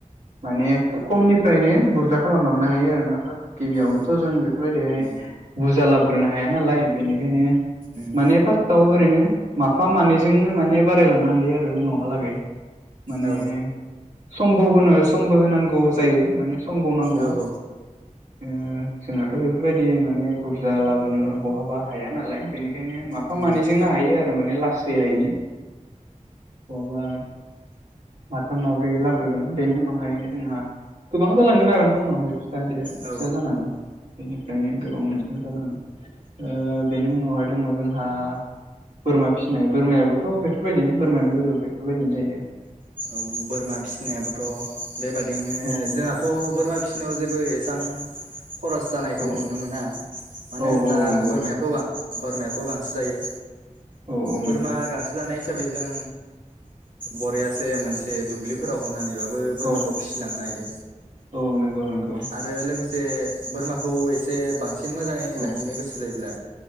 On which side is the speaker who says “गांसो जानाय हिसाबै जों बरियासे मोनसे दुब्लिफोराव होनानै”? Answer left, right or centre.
Right